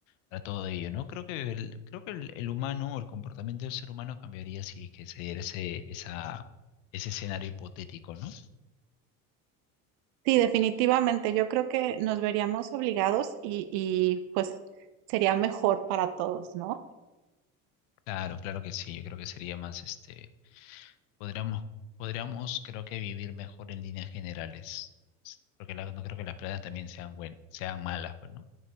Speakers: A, on the left (about 85°); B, on the right (about 75°).
A: para todo ello, ¿no? Creo que el, creo que el, el humano o el comportamiento del ser humano cambiaría si que se diera ese, esa, ese escenario hipotético, ¿no?
B: Sí, definitivamente. Yo creo que nos veríamos obligados y, y pues sería mejor para todos, ¿no?
A: Claro, claro que sí, yo creo que sería más, este, podríamos, podríamos, creo que vivir mejor en líneas generales, porque la- no creo que las plantas también sean buen, sean malas, pues, ¿no?